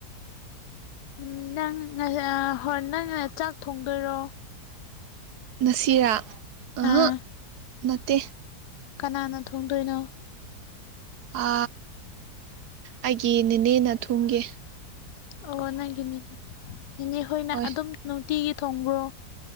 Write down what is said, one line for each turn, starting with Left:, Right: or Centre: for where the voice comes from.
Left: ꯎꯝ ꯅꯪ ꯍ ꯅꯪ ꯆꯥꯛ ꯊꯣꯡꯗꯣꯏꯔꯣ
Right: ꯅꯁꯤꯔꯥ ꯑ
Left: ꯑꯥ
Right: ꯅꯠꯇꯦ
Left: ꯀꯅꯥꯅ ꯊꯣꯡꯗꯣꯏꯅꯣ
Right: ꯑ ꯑꯩꯒꯤ ꯅꯤꯅꯦꯅ ꯊꯨꯝꯒꯦ
Left: ꯑꯣ ꯅꯪꯒꯤꯅꯦꯅꯦ ꯏꯅꯦ ꯍꯣꯏꯅ
Right: ꯍꯣꯏ
Left: ꯑꯗꯨꯝ ꯅꯨꯡꯇꯤꯒꯤ ꯊꯣꯡꯕ꯭ꯔꯣ